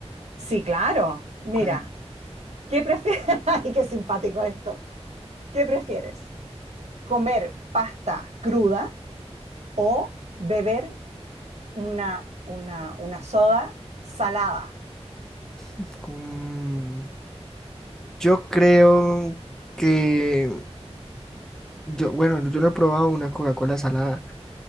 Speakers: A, on the right; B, in the centre.
A: Sí, claro. Mira,
B: ¿Cuál?
A: ¿qué prefieres? <laughs> Ay, qué simpático esto. ¿Qué prefieres? ¿Comer pasta cruda o beber una, una, una soda salada?
B: Mm, Yo creo que yo, bueno, yo no he probado una Coca-Cola salada,